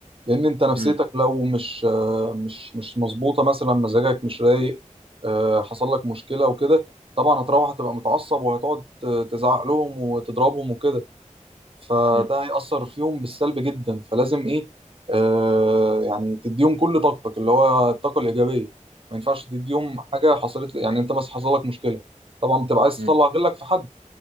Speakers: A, on the right; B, on the right.
A: لان انت نفسيتك
B: امم
A: لو مش آه، مش مش مظبوطه مثلا مزاجك مش رايق آه، حصل لك مشكله وكده طبعا هتروح هتبقى متعصب وهتقعد آه، تزعق لهم وتضربهم وكده فده
B: امم
A: هيأثر فيهم بالسلب جدا فلازم ايه آه يعني تديهم كل طاقتك اللي هو الطاقة الإيجابية ما ينفعش تديهم حاجة حصلت يعني انت مثلا حصل لك مشكلة طبعا بتبقى عايز
B: امم
A: تطلع غلك في حد